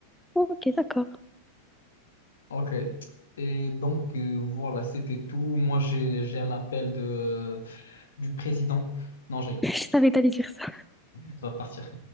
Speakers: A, in the centre; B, on the left.
A: Ok, d'accord.
B: Ok. Et donc euh, voilà, c'était tout. Moi j'ai j'ai un appel de, du président. Non, je
A: <laughs>
B: rigole,
A: Je savais que t'allais dire ça.
B: je dois partir.